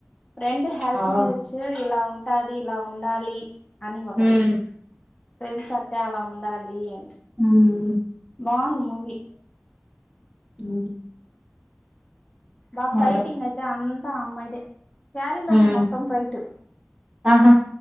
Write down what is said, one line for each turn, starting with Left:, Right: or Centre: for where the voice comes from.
Left: ఫ్రెండ్ హెల్ప్
Right: అవును
Left: నేచర్ ఇలా ఉంటాది, ఇలా ఉండాలి. అని ఒకటి,
Right: హ్మ్
Left: ఫ్రెండ్స్ అంటే అలా ఉండాలి అని
Right: అవునా
Left: బాగుంది మూవీ
Right: ఉహ్
Left: బా ఫైటింగ్
Right: అదే
Left: అయితే అంత అమ్మాయిదే సారీలోనే
Right: హ్మ్
Left: మొత్తం ఫైటు
Right: ఆహా